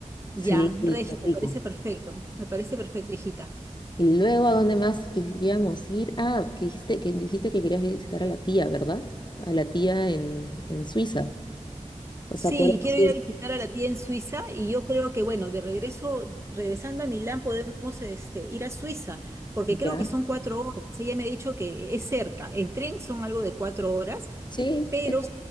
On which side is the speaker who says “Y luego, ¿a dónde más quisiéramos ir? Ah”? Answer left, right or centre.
Left